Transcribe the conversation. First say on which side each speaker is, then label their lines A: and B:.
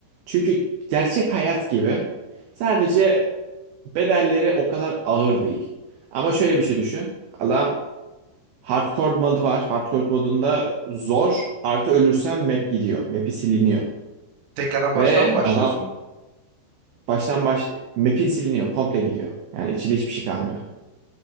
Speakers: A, on the right; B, on the right.
A: Çünkü gerçek hayat gibi sadece bedelleri o kadar ağır değil. Ama şöyle bir şey düşün. Adam hardcore modu var. Hardcore modunda zor artı ölürsen map gidiyor. Map'i siliniyor.
B: Tekrardan baştan
A: Ve
B: mı başlıyorsun?
A: adam Baştan baş map'in siliniyor, komple gidiyor. Yani içinde hiçbir şey kalmıyor.